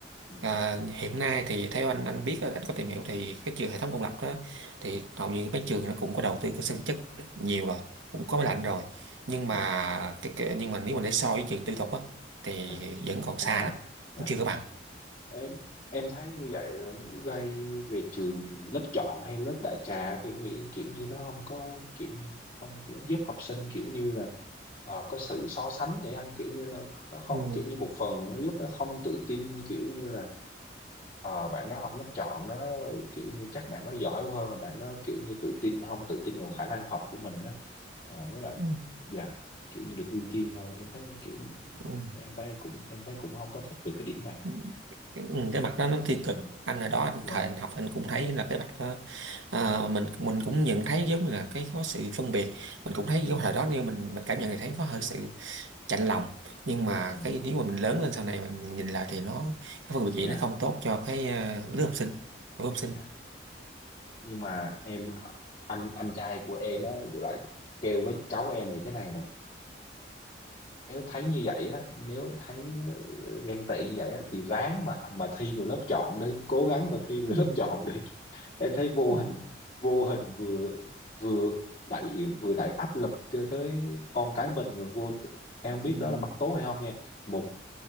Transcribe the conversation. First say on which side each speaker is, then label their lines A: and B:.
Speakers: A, on the left (about 30°); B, on the right (about 85°).
A: dạ
B: à, hiện nay thì theo anh anh biết anh có tìm hiểu thì cái trường hệ thống công lập đó thì hầu như mấy trường nó cũng có đầu tư cơ sở vật chất nhiều rồi cũng có máy
A: dạ
B: lạnh rồi nhưng
A: dạ
B: mà cái, cái nhưng mà nếu mà để so với trường tư thục á thì
A: dạ.
B: vẫn còn
A: không
B: xa
A: bằng
B: lắm
A: dạ
B: chưa có bằng
A: em em thấy như vậy là nó gây về trường lớp chọn hay lớp đại trà kiểu nghĩ kiểu như nó không có kiểu như không nó giúp học sinh kiểu như là ờ, có sự so sánh để anh kiểu như nó nó không
B: Ừ.
A: kiểu như một phần nó giúp nó không tự tin kiểu như là ờ, bạn đó học lớp chọn đó kiểu như chắc bạn đó giỏi hơn mà bạn đó kiểu như tự tin không tự tin vào khả năng học của mình đó Ờ, với lại
B: Ừ.
A: dạ kiểu như được ưu tiên hơn em thấy kiểu
B: Ừ.
A: em thấy cũng em thấy cũng không có thích về cái điểm này
B: thì cái, ừ, cái mặt đó nó tiêu
A: ừ
B: cực anh hồi đó anh
A: dạ
B: thời anh học anh cũng thấy là cái mặt đó à, mình mình cũng nhận thấy giống như là cái có sự phân biệt mình cũng thấy
A: ừ
B: cái thời đó nếu mình mình cảm nhận thì thấy có hơi sự chạnh lòng nhưng mà
A: ừ
B: cái nếu mà mình lớn lên sau này mình nhìn lại thì nó cái phân biệt vậy
A: dạ
B: nó không tốt cho cái à, lứa học sinh lứa học sinh
A: dạ nhưng mà em anh anh trai của em á lại kêu với cháu em này thế này nè nếu thấy như vậy á nếu thấy ờ, ghen tị như vậy á thì ráng mà mà thi vào lớp chọn đi cố gắng mà thi vào
B: ừ,
A: lớp chọn đi <laughs> em thấy vô
B: ừ,
A: hình vô hình vừa vừa đẩy vừa đẩy áp lực cho tới con cái mình mà vô tự- em
B: ừ,
A: không biết đó là mặt tốt hay không nha một